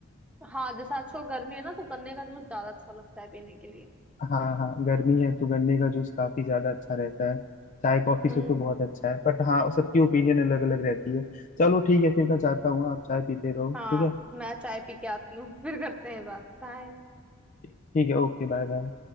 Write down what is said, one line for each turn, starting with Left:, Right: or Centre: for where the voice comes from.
Centre: हाँ जैसे आजकल गर्मी है ना तो गन्ने का जूस ज्यादा अच्छा लगता है पीने के लिए
Left: हाँ हाँ गर्मी है तो गन्ने का जूस काफी ज्यादा अच्छा रहता है चाय कॉफी
Centre: हम्म
Left: से तो बहुत अच्छा है बट हाँ सबकी ओपिनियन अलग अलग रहती है चलो ठीक है फिर मैं जाता हूँ आप चाय पीते रहो
Centre: हाँ
Left: ठीक है
Centre: मैं चाय पी के आती हूँ <laughs> फिर करते हैं बात बाय
Left: ठीक है ओके Bye bye